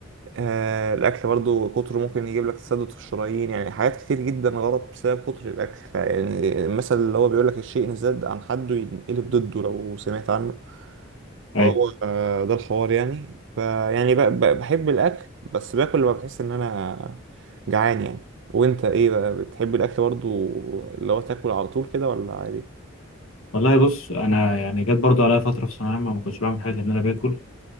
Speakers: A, on the right (about 60°); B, on the left (about 75°).
A: آه، الاكل برضو كتره ممكن يجيب لك تسدد في الشرايين يعني حاجات كتير جدا غلط بسبب كتر الاكل فيعني المثل اللي هو بيقول لك الشيء ان زاد عن حده ينقلب ضده لو سمعت عنه
B: ايوه
A: فهو آه، ده الحوار يعني فيعني ب- ب- بحب الاكل بس باكل لما بحس ان انا جعان يعني وانت ايه بقى بتحب الاكل برضو اللي هو تاكل على طول كده ولا عادي
B: والله بص انا يعني جت برضو عليا فتره في ثانويه عامه ما كنتش بعمل حاجه غير ان انا باكل